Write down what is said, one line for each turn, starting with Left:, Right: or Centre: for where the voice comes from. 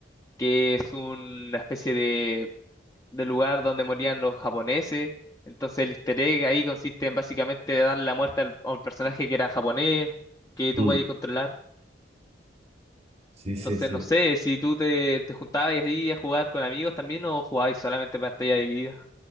Left: que es una especie de del lugar donde morían los japoneses. Entonces el easter egg ahí consiste en básicamente darle la muerte al- a un personaje que era japonés, que tú
Right: Mm,
Left: podías controlar.
Right: sí, sí,
Left: Entonces
Right: sí.
Left: no sé si tú te, te juntabas así a jugar con amigos también o jugabas solamente pantalla dividida.